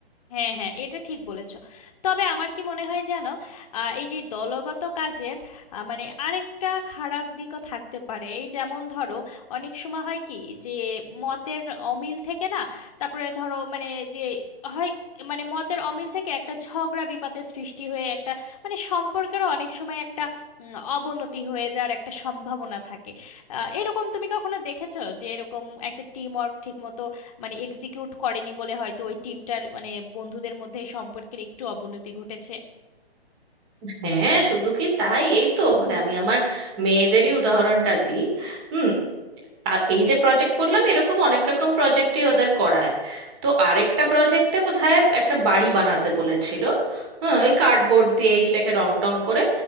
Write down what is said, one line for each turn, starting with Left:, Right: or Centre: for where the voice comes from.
Left: হ্যাঁ হ্যাঁ এটা ঠিক বলেছো তবে আমার কি মনে হয় জানো আহ, এই যে দলগত কাজের আহ, মানে আরেকটা খারাপ দিকও থাকতে পারে এই যেমন ধরো অনেক সময় হয় কি যে মতের অমিল থেকে না তারপরে ধরো মানে যে হয় মানে মতের অমিল থেকে একটা ঝগড়া বিবাদের সৃষ্টি হয়ে একটা মানে সম্পর্কেরও অনেক সময় একটা উম, অবনতি হয়ে যাওয়ার একটা সম্ভাবনা থাকে আহ, এরকম তুমি কখনো দেখেছো যে এরকম একটা টিম ওয়ার্ক ঠিক মানে এক্সিকিউট করেনি বলে হয়তো ওই টিমটার মানে বন্ধুদের মধ্যে সম্পর্কের একটু অবনতি ঘটেছে
Right: হ্যাঁ শুধু কি তাই এই তো মানে আমি আমার মেয়েদেরই উদাহরণটা দিই হুম আ- এই যে প্রজেক্ট বললাম এরকম অনেক রকম প্রজেক্টই ওদের করায় তো আরেকটা প্রজেক্টে বোধহয় একটা বাড়ি বানাতে বলেছিল হ্যাঁ ওই কার্ডবোর্ড দিয়ে এই সেটাকে রং টং করে